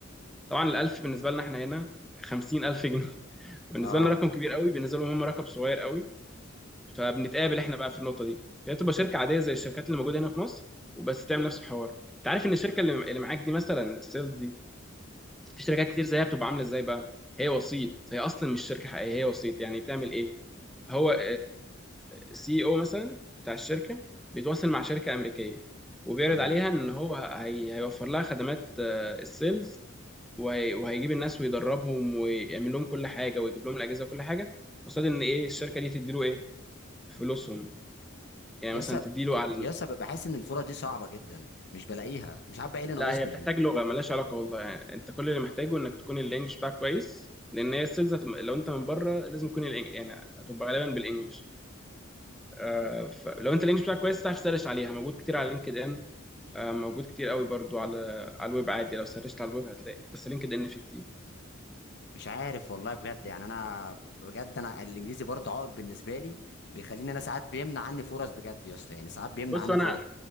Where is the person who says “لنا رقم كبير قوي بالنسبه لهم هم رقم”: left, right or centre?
Centre